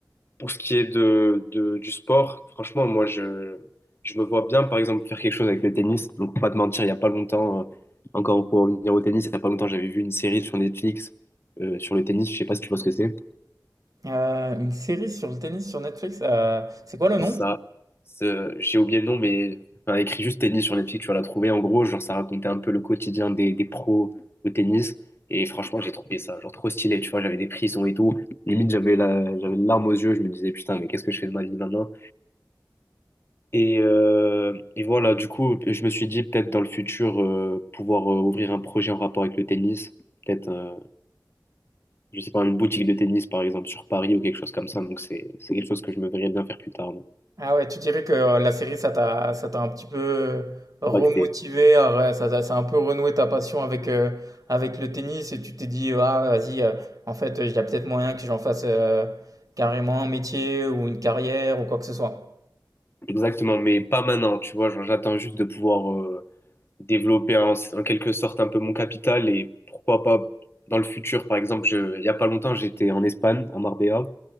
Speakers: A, on the left; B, on the right.
A: Pour ce qui est de, de- du sport, franchement moi je, je me vois bien par exemple faire quelque chose avec le tennis. Donc pour pas te mentir, il y a pas longtemps, euh, encore pour revenir au tennis, il y a pas longtemps j'avais vu une série sur Netflix euh, sur le tennis. Je sais pas si tu vois ce que c'est.
B: Euh, une série sur le tennis sur Netflix, euh, c'est quoi le nom?
A: Ça, c'est- j'ai oublié le nom, mais enfin, écrit juste tennis sur Netflix, tu vas la trouver. En gros, genre, ça racontait un peu le quotidien des, des pros au tennis. Et franchement, j'ai trouvé ça, genre, trop stylé, tu vois. J'avais des prisons et tout. Limite, j'avais la, j'avais une larme aux yeux. Je me disais, putain, mais qu'est-ce que je fais de ma vie maintenant? Et, euh, et voilà, du coup, je me suis dit, peut-être dans le futur, euh, pouvoir euh, ouvrir un projet en rapport avec le tennis. Peut-être, euh, je sais pas, une boutique de tennis, par exemple, sur Paris ou quelque chose comme ça. Donc, c'est, c'est quelque chose que je me verrais bien faire plus tard. Là.
B: Ah ouais, tu dirais que euh, la série, ça t'a, ça t'a un petit peu remotivé,
A: Bac
B: euh, ouais, ça, t'a- ça a un peu renoué ta passion avec, euh, avec le tennis et tu t'es dit, ah vas-y, euh, en fait, il y a peut-être moyen que j'en fasse euh, carrément un métier ou une carrière ou quoi que ce soit.
A: Exactement, mais pas maintenant, tu vois, genre, j'attends juste de pouvoir euh, développer en, en quelque sorte un peu mon capital et pourquoi pas dans le futur, par exemple, je, il y a pas longtemps, j'étais en Espagne, à Marbella,